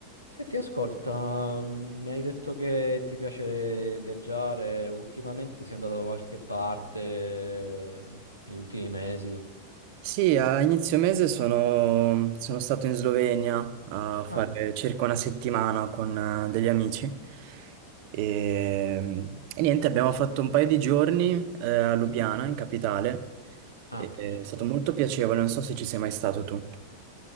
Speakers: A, on the left; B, on the right.
A: Senti, ascolta, mm, mi hai detto che ti piace viaggiare, ultimamente sei andato da qualche parte eh, negli ultimi mesi?
B: Sì, a inizio mese sono, sono stato in Slovenia a Mm. fare
A: Ah,
B: circa una settimana con eh, degli amici e, e niente, abbiamo fatto un paio di giorni eh, a
A: mhm.
B: Lubiana, in capitale, e-
A: Ah, ok, ci
B: è
A: sta.
B: stato molto piacevole, non so se ci sei mai stato tu.